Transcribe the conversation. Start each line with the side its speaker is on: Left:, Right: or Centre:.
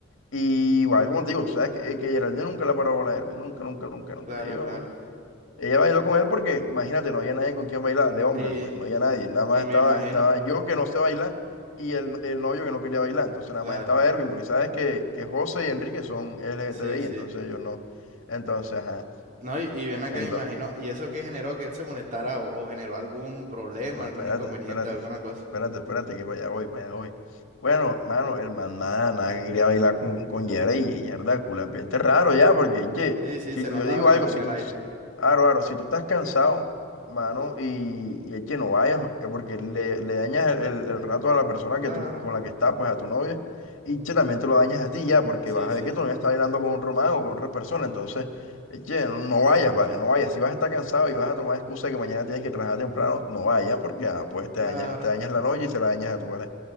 Left: Y igual, como te digo, tú sabes que, eh, que Geraldine nunca la paró a bola a Erwin, nunca, nunca, nunca, nunca.
Right: Claro,
Left: Ellos
Right: claro.
Left: ella bailó con él porque, imagínate, no había nadie con quien bailar, de hombre,
Right: Y,
Left: pues no había nadie, nada más
Right: y me
Left: estaba,
Right: imagino.
Left: estaba yo que no sé bailar y el, el novio que no quería bailar, entonces
Right: Claro.
Left: nada más estaba Erwin, porque sabes que, que José y Enrique son L G
Right: Sí,
Left: T B
Right: sí.
Left: LGTBI, entonces ellos no. Entonces, ajá.
Right: No, y, y ven acá,
Left: Ento-
Right: me imagino, ¿y eso qué generó que él se molestara o, o generó algún problema,
Left: No,
Right: algún
Left: espérate,
Right: inconveniente,
Left: espérate,
Right: alguna
Left: f-
Right: cosa?
Left: espérate, espérate, que para allá voy, para allá voy. Bueno, mano, el man nada, nada que quería bailar con, con Yera y y mierda, culo, ambiente raro ya, porque, che,
Right: Sí, sí,
Left: si-
Right: se notaba
Left: yo digo
Right: en el,
Left: algo,
Right: en
Left: si
Right: el
Left: tú,
Right: aire.
Left: aro, aro, si tú estás cansado, mano, y, y che, no vayas, ma- porque le, le dañas el, el- el rato a la persona
Right: Claro,
Left: que tú, con la que estás, pues a tu novia, y che, también te lo dañas a ti ya, porque
Right: sí,
Left: vas
Right: sí,
Left: a ver que tu novia está bailando con otro man o con otra persona, entonces. Eche, no, no vayas, vale, no vayas. Si vas a estar cansado y vas a tomar excusa de que mañana tienes que trabajar temprano, no vayas porque ah, pues te
Right: claro.
Left: dañas, te dañas la noche y se la dañas a tu pareja.